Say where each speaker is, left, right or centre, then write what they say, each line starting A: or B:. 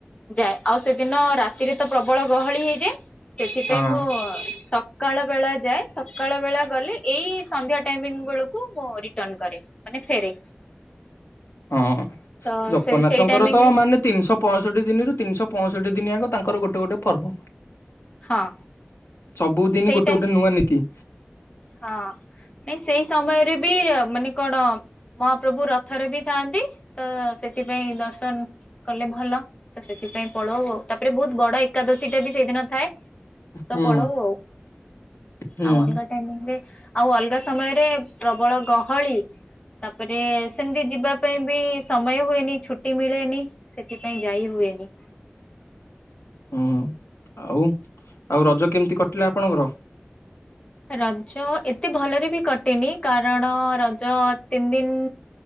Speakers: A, on the left; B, on the left.
A: ଯାଏ। ଆଉ ସେଦିନ ରାତିରେ ତ ପ୍ରବଳ ଗହଳି ହେଇଯାଏ ସେଥିପାଇଁ
B: ହଁ
A: ମୁଁ ସ ସକାଳ ବେଳା ଯାଏ। ସକାଳ ବେଳା ଗଲେ ଏଇ ସନ୍ଧ୍ୟା ଟାଇମିଙ୍ଗ ବେଳ କୁ ମୁଁ ରିଟର୍ଣ କରେ ମାନେ ଫେରେ।
B: ହଁ,
A: ତ
B: ଜଗନ୍ନାଥଙ୍କର
A: ସେ ସେଇ ଟାଇମିଂରେ
B: ତ ମାନେ ତିନିଶହ ପଇଁଷଠି ଦିନରୁ ତିନିଶହ ପଇଁଷଠି ଦିନଆ ତାଙ୍କର ଗୋଟେ ଗୋଟେ ପର୍ବ।
A: ହଁ
B: ସବୁଦିନ
A: ସେଇଟା
B: ଗୋଟେ ଗୋଟେ ନୂଆ ନୀତି।
A: ହଁ, ନାଇଁ ସେଇ ସମୟରେ ବି ଅ ମାନେ କଣ? ମହାପ୍ରଭୁ ରଥରେ ବି ଥାଆନ୍ତି ତ ସେଥିପାଇଁ ଦର୍ଶନ କଲେ ଭଲ ତ ସେଥିପାଇଁ ପଳଉ ଆଉ ତାପରେ ବହୁତ ବଡ ଏକାଦଶୀ ଟା ବି ସେଇଦିନ ଥାଏ। ତ
B: ହୁଁ
A: ପଳଉ ଆଉ।
B: ହୁଁ
A: ଆଉ ଅଲଗା ଟାଇମିଙ୍ଗ ରେ ଆଉ ଅଲଗା ସମୟରେ ପ୍ରବଳ ଗହଳି। ତାପରେ ସେମିତି ଯିବା ପାଇଁ ବି ସମୟ ହୁଏନି ଛୁଟି ମିଳେନି। ସେଥିପାଇଁ ଯାଇ ହୁଏନି।
B: ହୁଁ ହୁଁ। ଆଉ ଆଉ ରଜ କେମିତି କଟିଲା ଆପଣଙ୍କର?
A: ରଜ, ଏତେ ଭଲରେ ବି କଟିନି କାରଣ ରଜ ତିନି ଦିନ